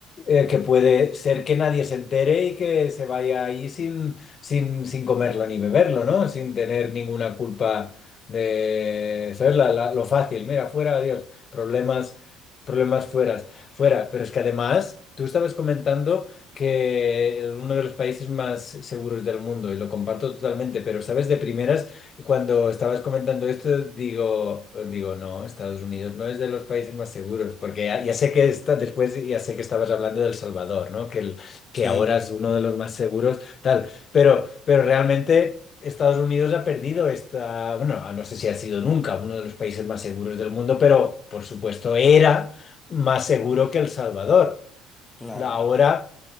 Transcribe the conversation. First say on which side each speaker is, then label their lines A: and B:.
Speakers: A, on the left; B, on the left.
A: eh, que puede ser que nadie se entere y que se vaya ahí sin, sin, sin comerlo ni beberlo, ¿no? Sin tener ninguna culpa de, ¿sabes? La- la- lo fácil, mira, fuera, adiós, problemas, problemas fueras fuera. Pero es que además, tú estabas comentando que uno de los países más seguros del mundo, y lo comparto totalmente, pero, ¿sabes? De primeras... Cuando estabas comentando esto, digo, digo, no, Estados Unidos no es de los países más seguros, porque ya, ya sé que está, después ya sé que estabas hablando del Salvador, ¿no? Que, el, que
B: Sí,
A: ahora es uno de los más seguros, tal, pero, pero realmente Estados Unidos ha perdido esta, bueno, no sé si ha sido nunca uno de los países más seguros del mundo, pero por supuesto era más seguro que El Salvador.
B: Claro
A: La- Ahora...
B: que.